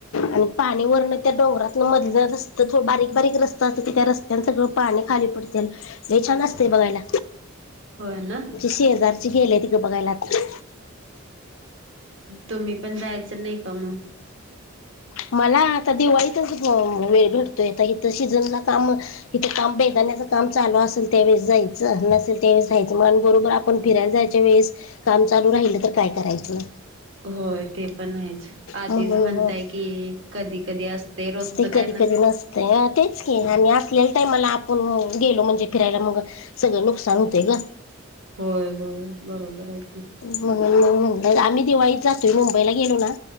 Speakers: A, on the left (about 75°); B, on the right (about 65°).
A: आणि पाणी वरन त्या डोंगरात मधला रस्त बारीक बारीक रस्त अस त्यास् सगळं पाणी खाली पडते हे छान असते बघायला
B: होय ना
A: शे हजारची खेल आहे त कां बघायला आता
B: तुम्ही पण जायचं नाही का मग
A: मला आता दिवाळीतच वेळ भटतोय इथ शिजनना काम इथे काम बेदाण्याच काम चालू आहे असेल तेवेळे जायचं नसेल तेवे जायचं मग बरोबर आपण फिरायला जायच्या वेळेस काम चालू राहिलं तर काय करायचं
B: होय ते पण आहेच आधीच
A: म्हणून
B: म्हणताय की कधी कधी असते रोजचं
A: ते
B: काय नाही
A: कधी नसते तेच आणि असल मला आपण गेलो म्हणजे फिरायला मग सगळं नुकसान होतय ग
B: होय होय बरोबर आहे की.
A: म्हणलं आम्ही दिवाळीत जातोय मुंबईला गेलो ना